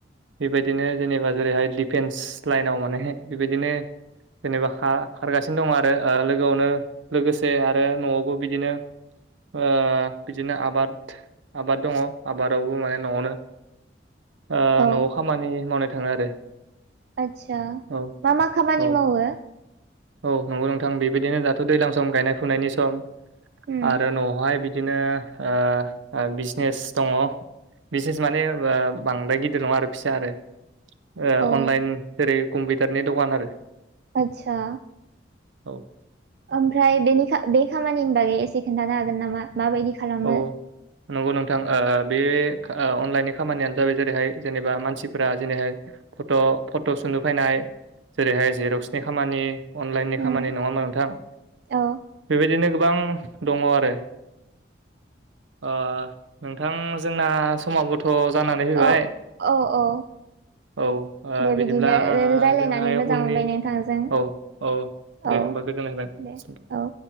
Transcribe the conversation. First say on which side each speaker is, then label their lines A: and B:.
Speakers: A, on the right; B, on the right.
A: बेबायदिनो जेनेबा जेरैहाय दिडिफेन्स लाइनाव माने बेबायदिनो जेनेबा खा-खारगासिनो दं आरो लोगोआवनो लोगोसे आरो न'आवबो बिदिनो आ बिदिनो आबाद आबाद दङ आबादावबो माने न'आवनो आ
B: औ
A: न'आव खामानि मावनाय थाङो आरो।
B: आदसा
A: औ
B: मा मा खामानि
A: औ
B: मावो?
A: औ नंगौ नोंथां बेबायदिनो दाथ' दैलां सम गायनाय फुनायनि सम
B: उम
A: आरो न'आवहाय बिदि बिदिनो ओ-ओ बिजनेस दङ। बिसेस माने आ बांद्राय गिदिर नङा आरो फिसा आरो। आ
B: औ
A: अनलाइन जेरै कम्पिउटारनि दखान आरो।
B: आतसा।
A: औ
B: ओमफ्राय बेनि बे खामानिनि बागै एसे खोनन्थानो हागोन नामा माबायदि खालामो?
A: औ नंगौ नोंथां आ बे आ अनलाइननि खामानियानो जाबाय जेरैहाय जेनेबा मानसिफ्रा जेनैहाय फट' फट' सुनो फैनाय जेरैहाय जिरक्सनि खामानि अनलाइननि
B: उम
A: खामानि नङामोन नोंथां?
B: औ
A: बेबायदिनो गोबां दङ आरो। ओ नोंथां जोंना समाबोथ' जानानै फैबाय।
B: औ औ औ
A: औ ओ
B: दे
A: बिदिब्ला
B: बिदिनो रायलायनानै
A: जोंहाय
B: मोजां
A: उननि
B: मोनबाय नोंथांजों
A: औ औ। दे
B: औ
A: होमबा गोजोन
B: दे
A: <unintelligible>
B: औ